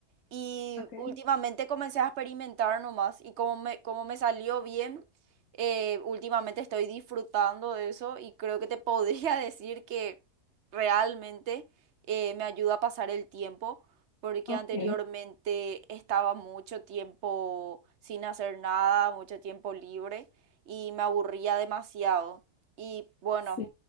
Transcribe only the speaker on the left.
ok.
Ok,
sí.